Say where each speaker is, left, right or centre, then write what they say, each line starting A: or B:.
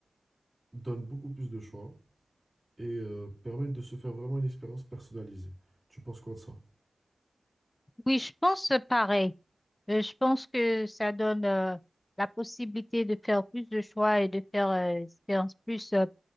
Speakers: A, on the right; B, on the left.
A: donnent beaucoup plus de choix et euh, permettre de se faire vraiment une expérience personnalisée. Tu penses quoi de ça?
B: Oui, je pense pareil. Euh, je pense que ça donne euh, la possibilité de faire plus de choix et de faire euh, expérience plus. euh,